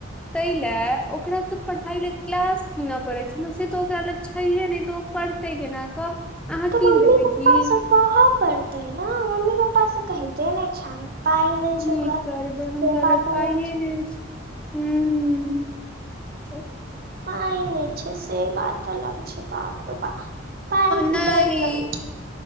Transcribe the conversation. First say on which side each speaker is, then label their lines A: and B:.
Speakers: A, in the centre; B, on the right.
A: तै ले ओकरा तऽ पढाई ले क्लास किनऽ पड़े छै ने से तऽ ओकरा अलग छैहे नै तऽ ओ पढ़तै केना कऽ। अहाँ
B: तऽ
A: कीन
B: मम्मी
A: देबै
B: पप्पासँ
A: की
B: कहऽ पड़तै ने मम्मी पप्पासँ कहिते नै छै। पाइ नहि छै
A: कि
B: घरमे
A: करबै हुनका
B: से बात
A: लग
B: अलग
A: पाइए नै छै हुं। च <unintelligible>
B: पाइ नै छै से बात अलग छै, बाप र बााप। पाइ के
A: नहि
B: बड़ कमी।